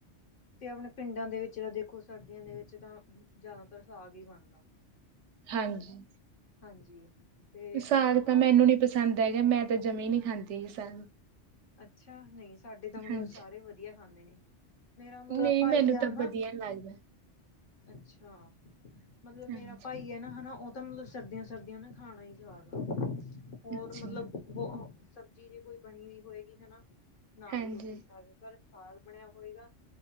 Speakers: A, on the left (about 50°); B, on the right (about 80°).
A: ਤੇ ਅਪਣੇ ਪਿੰਡਾਂ ਦੇ ਵਿੱਚ ਤਾਂ ਦੇਖੋ ਸਰਦੀਆਂ ਦੇ ਵਿੱਚ ਤਾਂ ਜ਼ਿਆਦਾਤਰ ਸਾਗ ਹੀ ਬਣਦਾ।
B: ਹਾਂਜੀ।
A: ਹਾਂਜੀ। ਤੇ
B: ਸਾਗ
A: ਮਤਲਬ
B: ਤਾਂ
A: ਹਨਾ
B: ਮੈਨੂੰ ਨੀ ਪਸੰਦ ਹੈਗਾ, ਮੈਂ ਤਾਂ ਜਮੀਂ ਨਹੀਂ ਖਾਂਦੀ ਸਾਗ
A: ਅੱਛਾ, ਨਹੀ ਸਾਡੇ ਤਾਂ ਮਤਲਬ
B: ਹਾਂਜੀ
A: ਸਾਰੇ ਵਧੀਆ ਖਾਂਦੇ ਨੇ। ਮੇਰਾ ਮਤਲਬ
B: ਨਹੀਂ
A: ਭਾਈ
B: ਮੈਨੂੰ ਤਾਂ
A: ਆ ਨਾ
B: ਵਧੀਆ ਲੱਗਦਾ।
A: ਅੱਛਾ। ਮਤਲਬ ਮੇਰਾ
B: ਹਾਂਜੀ
A: ਭਾਈ ਹੈ ਨਾ ਹੈਨਾ, ਔ ਤਾਂ ਮਤਲਬ ਸਰਦੀਆਂ, ਸਰਦੀਆਂ ਨਾ ਖਾਣਾ ਹੀ ਸਾਗ ਆ। ਹੋਰ
B: ਅੱਛਾ
A: ਮਤਲਬ ਬੋ ਸਬਜ਼ੀ ਜੇ ਕੋਈ ਬਣੀ ਨੀ ਹੋਏ। ਗੀ ਹੈਨਾ ਨਾ
B: ਹਾਂਜੀ
A: ਹੀ ਰੋਟੀ ਖਾਵੇ ਪਰ ਸਾਗ ਬਣਿਆ ਹੋਏਗਾ,